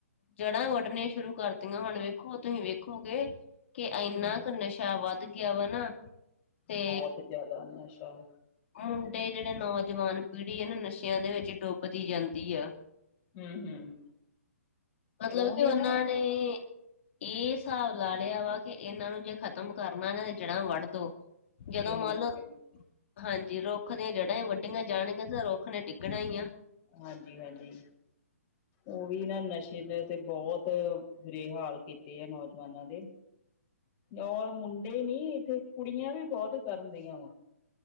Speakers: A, on the left (about 55°); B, on the left (about 30°).
A: ਜੜ੍ਹਾਂ ਵੱਡਣੀਆ ਸ਼ੁਰੂ ਕਰਤੀਆਂ, ਹੁਣ ਵੇਖੋ ਤੁਸੀ ਵੇਖੋਗੇ ਕਿ
B: ਹੂੰ
A: ਇੰਨਾ ਕੁ ਨਸ਼ਾ ਵੱਧ ਗਿਆ ਵਾ ਨਾ ਤੇ
B: ਬਹੁਤ ਜਿਆਦਾ ਨਸ਼ਾਂ।
A: ਮੁੰਡੇ ਜਿਹੜੇ ਨੌਜਵਾਨ ਪੀੜ੍ਹੀ ਆ ਨਾ, ਨਸ਼ਿਆਂ ਦੇ ਵਿੱਚ ਡੁੱਬਦੀ ਜਾਂਦੀ ਆ।
B: ਹੂੰ ਹੂੰ
A: ਅਗਲਾ
B: ਉਹੀ
A: ਵੇਖੀ ਉਹਨਾਂ
B: ਨਾ ਮਤਲਬ
A: ਨੇ ਇਹ ਸਾਬ ਲਾ ਲਿਆ ਵਾ ਕਿ ਇਹਨਾਂ ਨੂੰ ਜੇ ਖ਼ਤਮ ਕਰਨਾ ਨਾ ਜੜ੍ਹਾਂ ਵੱਢ ਦੋ। ਜਦੋਂ
B: ਇਹ
A: ਮੰਨ
B: <unintelligible>
A: ਲਓ ਹਾਂਜੀ, ਰੁੱਖ ਦੀਆਂ ਜੜ੍ਹਾਂ ਈ ਵੱਢੀਆਂ ਜਾਣਗੀਆਂ, ਤਾਂ ਰੁੱਖ ਨੇ ਡਿੱਗਣਾ ਈਂ ਆ।
B: ਹਾਂਜੀ - ਹਾਂਜੀ। ਉਹੀ ਨਾ ਨਸ਼ੇ ਨੇ ਤਾਂ ਤੇ ਬਹੁਤ ਬੇ-ਹਾਲ ਕੀਤੇ ਆ ਨੌਜਵਾਨਾਂ ਦੇ। ਇਉਂ ਮੁੰਡੇ ਨੀ, ਇੱਥੇ ਕੁੜੀਆਂ ਵੀ ਬਹੁਤ ਕਰਨ ਡਈਆ ਵਾ।